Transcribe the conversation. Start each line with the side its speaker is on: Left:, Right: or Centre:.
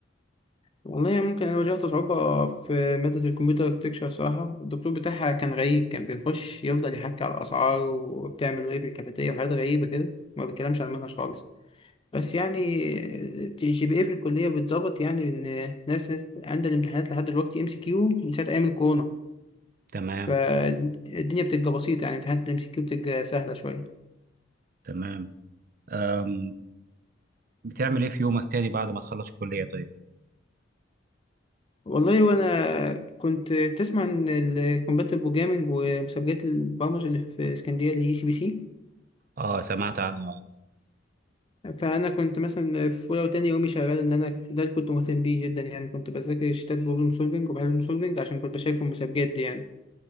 Left: والله ممكن انا واجهت صعوبه في ماده الكمبيوتر اركتكشر صراحه الدكتور بتاعها كان غريب كان بيخش يفضل يحكي على الاسعار وبتعمل ايه في الكافيتيريا وحاجات غريبه كده ما بيتكلمش عن المنهج خالص بس يعني آه، جي جي بي ايه في الكلية بتظبط يعني إن ناس ناس عندها الامتحانات لحد دلوقتي ام سي كيو من ساعة أيام الكورونا
Right: تمام
Left: فالدنيا بتبقى بسيطة يعني امتحانات الام سي كيو بتبقى سهلة شوية
Right: تمام آم، بتعمل إيه في يومك تاني بعد ما تخلص الكلية طيب؟
Left: والله وأنا كنت تسمع عن الكومباتيف بروجرامينج ومسابقات البرمجة اللي في اسكندرية اللي هي اي سي بي سي
Right: آه سمعت عنها آه.
Left: فأنا كنت مثلا في أولى وتاني يومي شغال إن أنا ده اللي كنت مهتم بيه جدا يعني كنت بذاكر شتات بروبلم سولفينج وبحل بروبلم سولفينج عشان كنت بشارك في المسابقات دي يعني